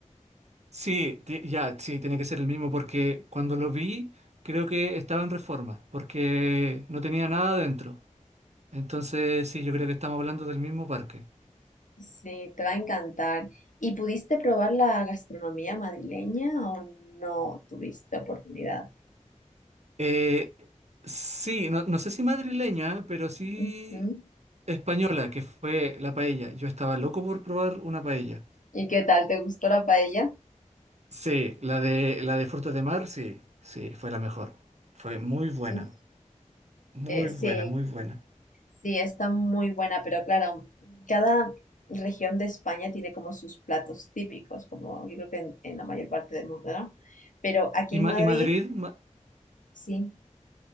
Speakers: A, on the right; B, on the left.
A: Sí, ti- ya, sí, tiene que ser el mismo porque cuando lo vi, creo que estaba en reforma, porque no tenía nada dentro. Entonces, sí, yo creo que estamos hablando del mismo parque.
B: Sí, te va a encantar. ¿Y pudiste probar la gastronomía madrileña o no tuviste oportunidad?
A: Eh, sí, no, no sé si madrileña, pero sí
B: Ujú.
A: española, que fue la paella. Yo estaba loco por probar una paella.
B: ¿Y qué tal? ¿Te gustó la paella?
A: Sí, la de, la de frutos de mar, sí, sí, fue la mejor. Fue muy buena,
B: Sí,
A: muy
B: Eh, sí,
A: buena, muy buena.
B: sí, está muy buena, pero claro, cada región de España tiene como sus platos típicos, como yo creo que en, en la mayor parte del mundo, ¿no? Pero aquí
A: ¿Y,
B: en
A: Ma-
B: Madrid,
A: y Madrid? Ma-
B: sí,